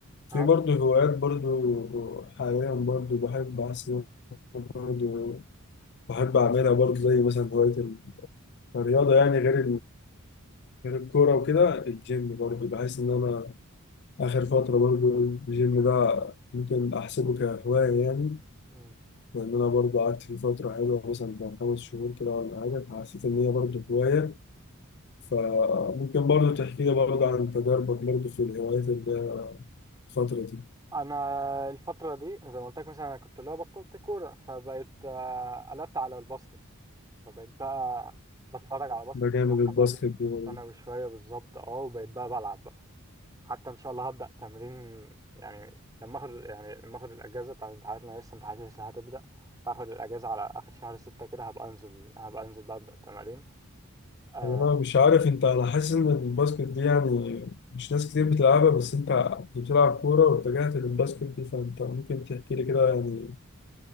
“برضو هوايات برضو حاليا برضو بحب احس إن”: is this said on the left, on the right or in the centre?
Left